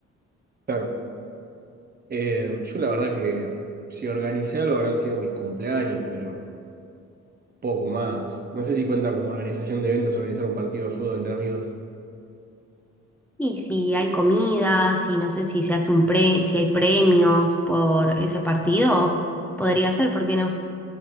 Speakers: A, on the right (about 30°); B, in the centre.
A: Claro, eh, yo la verdad que si organicé algo habrán sido mis cumpleaños, pero poco más. No sé si cuenta como organización de eventos organizar un partido de fútbol entre amigos.
B: Y si hay comida, si no sé si se hace un pre, si hay premios por ese partido, podría ser, ¿por qué no?